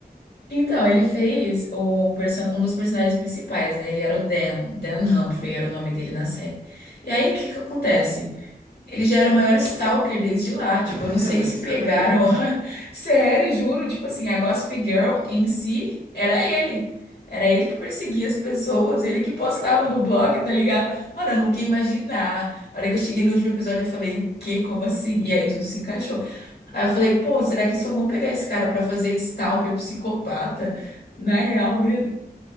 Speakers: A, on the left; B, on the right.
A: Então, ele fez o perso- um dos personagens principais, né? Ele era o Dan, Dan Humphrey era o nome dele na série. E aí, o que que acontece? Ele já era o maior stalker desde lá. Tipo,
B: <laughs>
A: eu não sei se
B: Sério?
A: pegaram. <laughs> Sério, juro. Tipo assim, a Gossip Girl em si era ele. Era ele que perseguia as pessoas, ele que postava
B: Caramba.
A: no blog, tá ligado? Mano, eu nunca ia imaginar. A hora que eu cheguei no último episódio, eu falei, o quê? Como assim? E aí tudo se encaixou. Aí eu falei, pô, será que só vão pegar esse cara pra fazer stalker, psicopata? Na real mesmo.